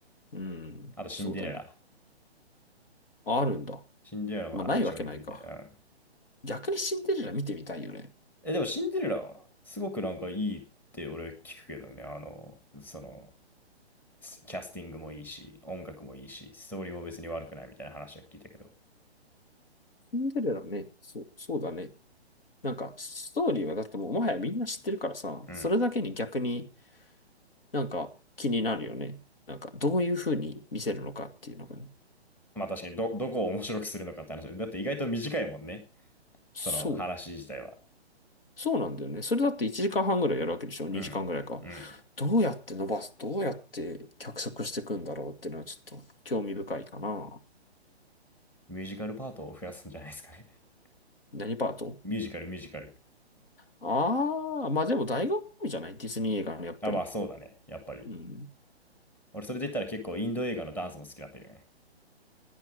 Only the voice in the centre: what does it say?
あと、シンデレラ。
シンデレラは一応見てみたい。
うん。
え、でも、シンデレラ、すごくなんかいいって俺聞くけどね、あの、その、キャスティングもいいし、音楽もいいし、ストーリーも別に悪くないみたいな話は聞いたけど。
うん。
まあ確かにど、どこを面白くするのかって話だ。って意外と短いもんね。
その話自体は。
うん。
うん。
ミュージカルパートを増やすんじゃないですかね。<laughs>
ミュージカル、ミュージカル。
あ、まあそうだね。やっぱり。
俺それで言ったら結構インド映画のダンスも好きだったけどね。